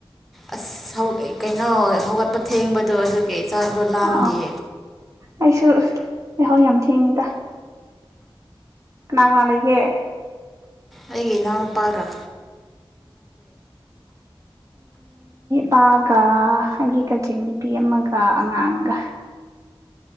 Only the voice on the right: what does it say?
ꯑ ꯑꯩꯁꯨ ꯂꯩꯍꯧ ꯌꯥꯝ ꯊꯦꯡꯉꯤꯗ ꯀꯅꯥꯒꯦ
ꯄꯒ ꯍꯥꯏ ꯀ ꯆꯦ ꯅꯨꯄꯤ ꯑꯃꯒ ꯑꯉꯥꯡꯒ